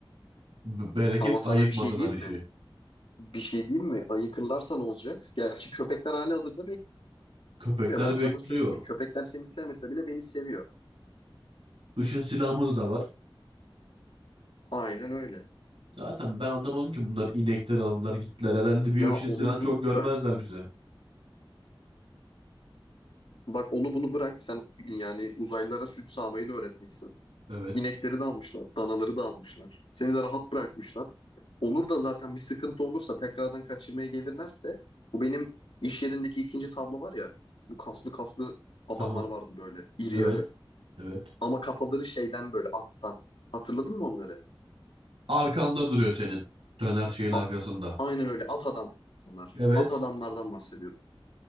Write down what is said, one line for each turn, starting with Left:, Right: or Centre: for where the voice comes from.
Right: B- bereket
Left: Ama sana
Right: ayıkmadılar
Left: bir şey diyeyim
Right: işi.
Left: mi? Bir şey diyeyim mi? Ayıkırlarsa ne olacak? Gerçi köpekler hali hazırda
Right: Köpekler
Left: bekliyor. Ben
Right: bekliyor.
Left: sana söyleyeyim. Köpekler seni sevmese bile beni seviyor.
Right: Işın silahımız da var.
Left: Aynen öyle.
Right: Zaten ben anlamadım ki bunlar inekler aldılar gittiler. Herhalde bir
Left: Ya
Right: ışın
Left: onu
Right: silahını çok
Left: bunu
Right: görmezler
Left: bırak.
Right: bize.
Left: Bak onu bunu bırak. Sen yani uzaylılara süt sağmayı da öğretmişsin.
Right: Evet.
Left: İnekleri de almışlar, danaları da almışlar. Seni de rahat bırakmışlar. Olur da zaten bir sıkıntı olursa tekrardan kaçırmaya gelirlerse bu benim iş yerindeki ikinci tablo var ya bu kaslı kaslı adamlar
Right: Tamam.
Left: vardı böyle iri
Right: Evet.
Left: yarı.
Right: Evet.
Left: Ama kafaları şeyden böyle attan. Hatırladın mı onları?
Right: Arkanda duruyor senin. Döner şeyin arkasında.
Left: A- Aynen öyle at adamlar.
Right: Evet.
Left: At adamlardan bahsediyorum.